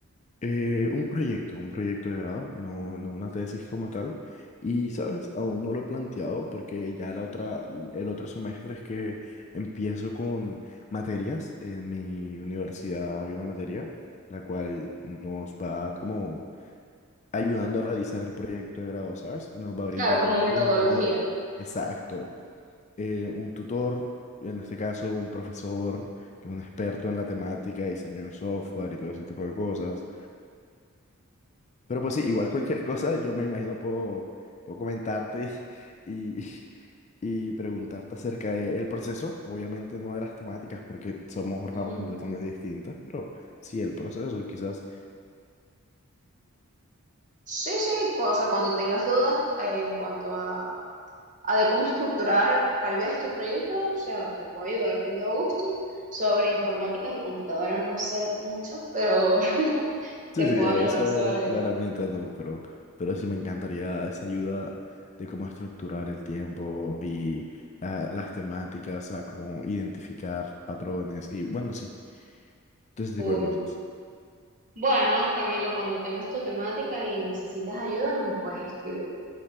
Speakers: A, on the left; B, on the right.
A: Eh, un proyecto, un proyecto de grado, no, no una tesis como tal. Y, ¿sabes? Aún no lo he planteado porque ya la otra, el otro semestre es que empiezo con materias. En mi universidad hay una materia la cual nos va como ayudando a realizar el proyecto de grado, ¿sabes? Nos va brindando
B: Claro, como
A: los
B: metodología.
A: tiempos, exacto. Eh, un tutor, en este caso un profesor que es un experto en la temática, diseño de software y todo ese tipo de cosas pero pues sí, igual cualquier cosa, yo me imagino puedo, puedo comentarte <laughs> y, y preguntarte acerca del proceso, obviamente no de las temáticas porque somos ramas
B: Ujú.
A: completamente distintas, pero sí el proceso, quizás.
B: Sí, sí, cu- o sea, cuando tengas dudas eh, en cuanto a a de cómo estructurar tal vez tu proyecto, o sea, te puedo ayudar con todo gusto. Sobre informáticas y computadoras no sé mucho, pero <laughs>
A: Sí,
B: te
A: sí,
B: puedo
A: de
B: ayudar
A: eso
B: sobre
A: claramente no, pero, pero sí me encantaría esa ayuda de cómo estructurar el tiempo y la- las temáticas, a cómo identificar patrones y bueno, sí, todo ese
B: full.
A: tipo de cosas.
B: Bueno, Camilo, cuando tengas tu temática y necesites ayuda, me puedes escribir.